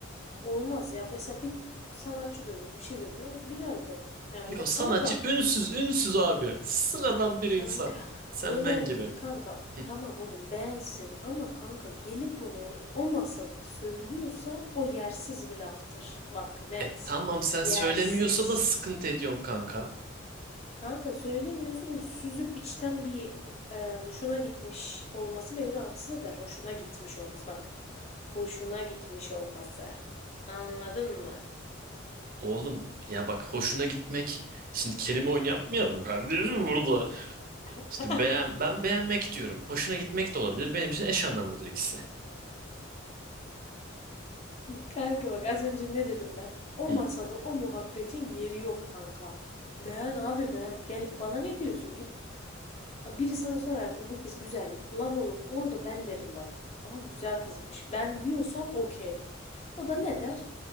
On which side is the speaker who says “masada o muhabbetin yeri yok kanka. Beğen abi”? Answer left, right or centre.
Left